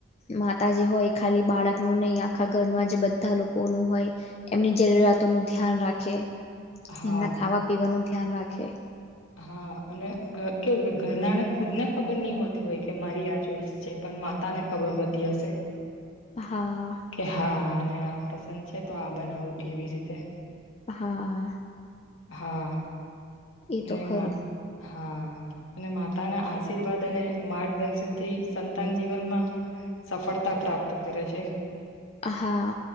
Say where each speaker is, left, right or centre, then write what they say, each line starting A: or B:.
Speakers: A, on the left; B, on the left.
A: માતા જે હોય ખાલી બાળકનું નહીિ આખા ઘરમાં જે બધા લોકોનું હોય એમની જરૂરિયાતોનુંું ધ્યાન રાખે
B: હા
A: એમના ખાવા પીવાનું ધ્યાન રાખે એ
B: હા અને કેવું કે ઘરનાને ખુદ ને ખબર નહી હોતી હોય કે મારી આ ચોઈસ છે પણ માતા ને ખબર હોતી હશે
A: હા
B: કે હા આ પસંદ છે તો આ બનાવું એવી રીતે
A: હા
B: હા
A: એ તો
B: ને
A: ખરું
B: મા હા અને માતા ના આશીર્વાદ અને માર્ગદર્શન થી સંતાન જીવનમાં સફળતા પ્રાપ્ત કરે છે
A: હા